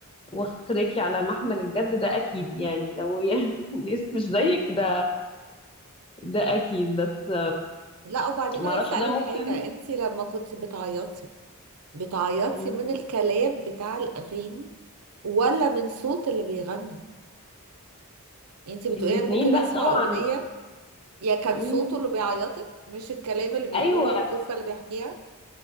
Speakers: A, on the left (about 25°); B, on the right (about 85°).
A: واخداكي على محمل الجد ده اكيد يعني لو يعني الناس <laughs> مش زيك ده ده اكيد بس
B: لا وبعدين
A: ما
B: عايز
A: اعرفش
B: اسألك
A: ده ممكن
B: حاجة انتي لما كنت بتعيطي بتعيطي
A: مم.
B: من الكلام بتاع الأغاني ولا من صوت اللي بيغني انتي بتقولي
A: الاتنين
B: انا ممكن
A: لا
B: اسمع
A: طبعا
B: أغنية يا كان
A: مم.
B: صوته اللي بيعيطك مش الكلام اللي بيقوله
A: ايوه
B: والقصة اللي بيحكيها